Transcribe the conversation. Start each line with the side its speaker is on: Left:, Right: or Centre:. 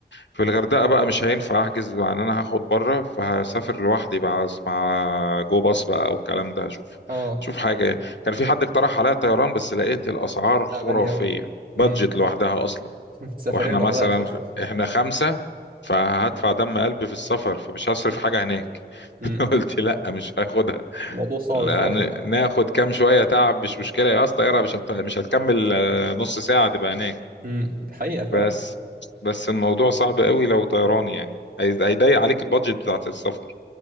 Left: في الغردقة بقى مش هينفع أحجز مع إن أنا هاخد بره فهسافر لوحدي بقى أس- مع جو باص بقى أو الكلام ده هشوف
Right: اه
Left: شوف حاجة كان في حد اقترح عليا طيران بس لقيت الأسعار خرافية
Right: لا غاليه قوي
Left: بادجت
Right: امم
Left: لوحدها أصلا
Right: <laughs> السفريه
Left: وإحنا
Right: لوحدها
Left: مثلا
Right: اساسا
Left: إحنا خمسة فهدفع دم قلبي في السفر فمش هصرف
Right: امم
Left: حاجة هناك
Right: امم
Left: <laughs> قلت لا مش هاخدها
Right: الموضوع صعب
Left: لأن
Right: فعلا
Left: ناخد كام شوية تعب مش مشكلة يا أصلا طيارة مش هت... مش هتكمل آه، نص ساعة تبقى هناك
Right: امم <laughs> دي حقيقه فعلا
Left: بس بس الموضوع صعب قوي لو طيران يعني هي- هيضيق عليك البادجت بتاعت السفر